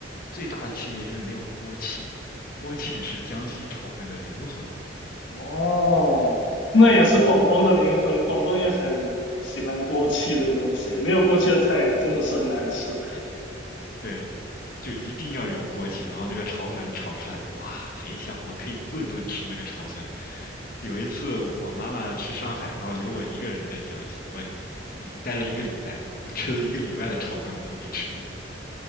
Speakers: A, on the left (about 50°); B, on the left (about 75°).
A: 最大的区别就是没有锅气，锅气是江西炒粉的灵魂。
B: 哦，那也是广东的灵魂，
A: 对。
B: 广东也很喜欢锅气这个东西，没有锅气的菜真的是很难吃。
A: 对就一定要有锅气，然后那个炒粉炒出来，哇，贼香！我可以顿顿吃那个炒粉。有一次我妈妈去上海，然后留我一个人在江西，我一待了一个礼拜，我吃了一个礼拜的炒粉，我都没吃腻，